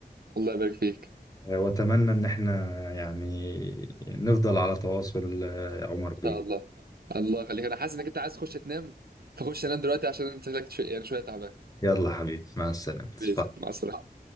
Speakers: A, on the right; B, on the left.
A: الله يبارك فيك ان
B: آه، واتمنى ان احنا يعني نفضل على تواصل آه، يا عمر بيه
A: شاء الله الله يخليك انا حاسس انك انت عايز تخش تنام فخش تنام دلوقتي عشان انت شكلك شو- يعني شويه تعبان
B: يلا حبيبي مع السلامة
A: باذن الله مع السلامه